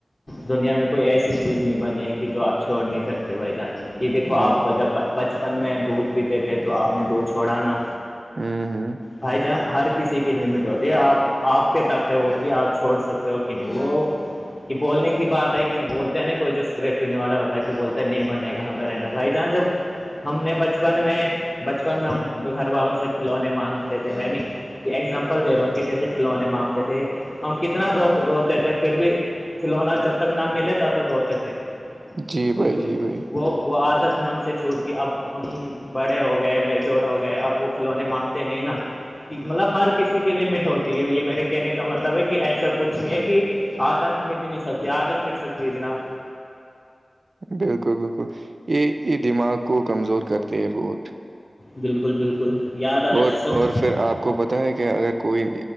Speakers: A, on the left (about 30°); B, on the right (about 65°).
A: دنیا میں کوئی ایسی چیز نہیں بنی ہے کہ جو آپ چھوڑ نہیں سکتے بھائی جان کہ دیکھو
B: ہوں
A: آپ جب بچپن میں دودھ پیتے تھے تو آپ نے دودھ چھوڑا نا
B: ہوں ہوں
A: بھ جانا ہر کسی کی لمٹ ہوتی ہے آپ آپ کے تک ہے وہ کہ آپ چھوڑ سکتے ہو کہ نہیں وہ کہ بولنے کی بات ہے کہ بولتے ہیں نا کوئی جو اسکریٹ پینے والا ہوتا ہے کہ بولتا نہیں بنے گا کہاں میں رہ نا بھائی جہاں جب ہم نے بچپن میں بچپن میں ہم گھر والوں سے کھلونے مانگتے تھے ہے ن ایگزامپل دے رہا ہوں کہ جیسے کھلونے مانگتے تھے ہم کتنا رو روتے تھے پھر بھی کھلونا جب تک نام ملے تب تک روتے تھے
B: جی بھائی
A: بالکل
B: جی بھائی
A: وہ وہ عادت نے ہم سے چھوٹ کی اب ہم بڑے ہو گئے میچور ہو گئے اب وہ کھلونے مانگتے ہیں نہیں نا <unintelligible> کہ مطلب ہر کسی کی لمٹ ہوتی ہے یہ میرے کہنے کا مطلب ہے کہ ایسا کچھ نہیں ہے کہ عادت مٹ نہیں سکتی عدت مٹ سکتی ہے جناب
B: بالکل بالکل یہ یہ دماغ کو کمزور کرتے ہیں بہت
A: بالکل بالکل <unintelligible> آج
B: اور
A: سب
B: اور پھر آپ آ کو پتاہ ہے کہ اگر کوئی